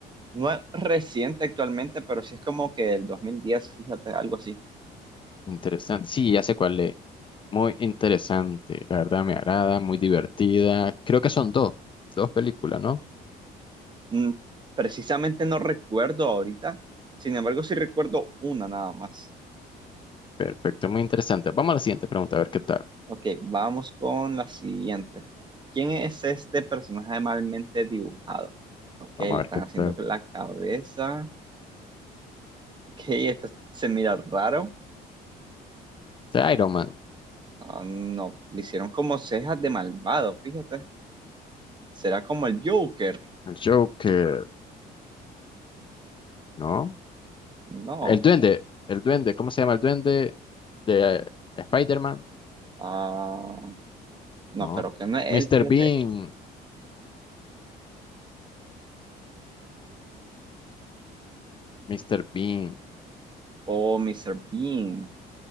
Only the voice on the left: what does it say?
Interesante. Sí, ya sé cuál es. Muy interesante. La verdad me agrada, muy divertida. Creo que son dos, dos películas, ¿no?
Perfecto, muy interesante. Vamos a la siguiente pregunta, a ver qué tal.
Vamos
a ver
qué
tal.
De Iron Man.
El Joker, ¿no?
El Duende, el Duende, ¿cómo se llama el Duende de eh, Spider-Man?
No.
Mr.
Bean, Mr. Bean,